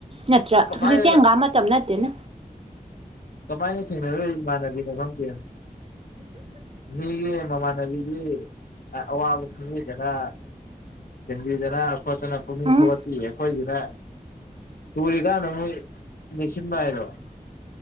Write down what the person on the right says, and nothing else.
ꯅꯠꯇ꯭ꯔ
ꯍꯧꯏꯖꯤ ꯍꯪꯒꯥꯝ ꯃꯇꯝ ꯅꯠꯇꯦꯅ
ꯎꯝ